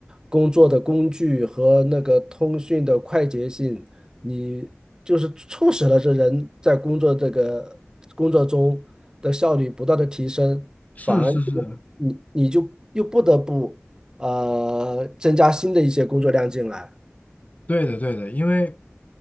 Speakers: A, on the right; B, on the left.
A: 工作的工具和那个通讯的快捷性，你就是促使了这人在工作这个工作中的效率不断的提升，
B: 是是是，
A: 反而就你你就又不得不呃增加新的一些工作量进来。
B: 对的，对的，因为